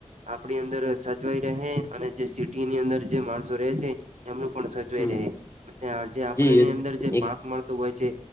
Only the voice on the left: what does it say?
હમ
જે
એક